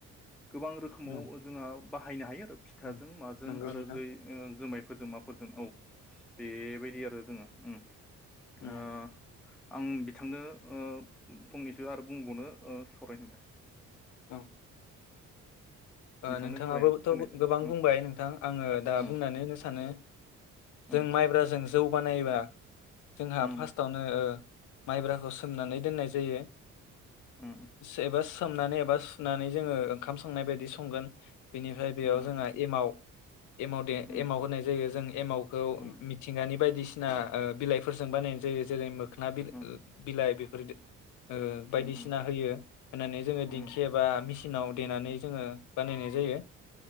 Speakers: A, in the centre; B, on the left.
A: गोबां रोखोमाव
B: औ
A: जोंहा बाहायनो हायो। फिथाजों
B: औ
A: माजों
B: नंगौ
A: आरो
B: नोंथां
A: जै जुमाय फोरजों माफोरजों औ बेबायदि आरो जोङो उम
B: उम
A: ओ आं बिथांनो ओ फंनैसो आरो बुंबावनो सावराय होबाय
B: औ ओ
A: बिथांनो
B: नोंथाङाबोथ'
A: होबाय आं होनायजों
B: गोबां
A: उम
B: बुंबाय नोंथां आङो दा
A: उम
B: बुंनानै होनो सानो
A: उम
B: जों माइब्रा जों जौ बानायबा जोंहा
A: उम
B: फार्स्टावनो ओ माइब्राखौ सोमनानै दोननाय जायो।
A: उम
B: से बास सोमनानै एबा सुनानै जोङो ओंखाम संनाय बा संगोन बिनिफ्राय बेयाव
A: उम
B: जोंहा एमाव एमाव दे
A: उम
B: एमाव होनाय जायो जों एमाव खौ
A: उम
B: मिथिंगानि बायदिसि बिसिना ओ बिलाइफोरजों बानायनाय जायो जेरै मो खोना बि
A: उम उम
B: बिलाइ बि फोर दो ओ
A: उम
B: बायदिसिना
A: उम
B: होयो होननानै जोङो
A: उम
B: दिंखि एबा मिस सिनाव देनानै जोङो बानायनाय जायो